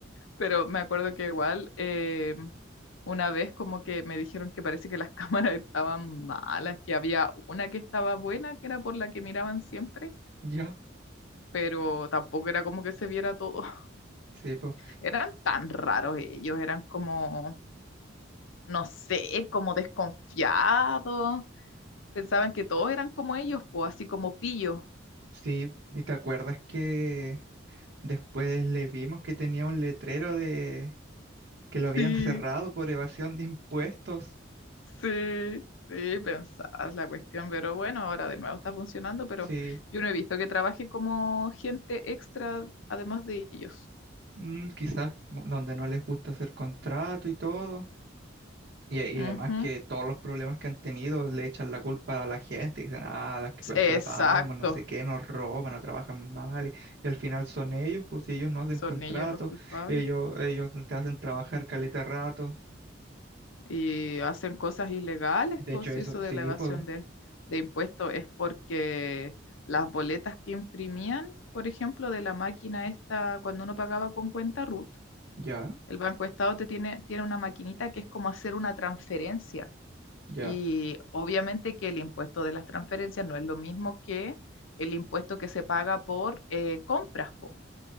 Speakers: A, on the left; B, on the right.
A: pero me acuerdo que igual eh, una vez como que me dijeron que parece que las cámaras <laughs> estaban malas, que había una que estaba buena, que era por la que miraban siempre,
B: Ya,
A: pero tampoco era como que se viera todo. <laughs>
B: sí, pues.
A: Eran tan raros ellos, eran como, no sé, como desconfiados. Pensaban que todos eran como ellos, pues así como pillo.
B: Sí, y te acuerdas que Después le vimos que tenía un letrero de que lo habían
A: Sí.
B: cerrado por evasión de impuestos.
A: Sí, sí, pensás la cuestión, pero bueno, ahora de nuevo está funcionando, pero
B: Sí,
A: yo no he visto que trabaje como gente extra además de ellos.
B: mm, quizás mo- donde no les gusta hacer contrato y todo. Y, y
A: Ujú.
B: además que todos los problemas que han tenido le echan la culpa a la gente. Dicen, ah, las que
A: S-
B: contratamos,
A: Exacto,
B: no sé qué, nos roban, no trabajan mal. Y, y al final son ellos, pues si ellos no hacen
A: son
B: contrato,
A: ellos los culpables
B: ellos, ellos te hacen trabajar caleta rato.
A: y hacen cosas ilegales,
B: De
A: pues
B: hecho,
A: si
B: eso,
A: eso
B: sí,
A: de la evasión
B: pues,
A: de, de impuestos es porque las boletas que imprimían, por ejemplo, de la máquina esta, cuando uno pagaba con cuenta RUT,
B: ya,
A: el Banco Estado te tiene, tiene una maquinita que es como hacer una transferencia.
B: ya.
A: Y obviamente que el impuesto de las transferencias no es lo mismo que el impuesto que se paga por eh, compras, po.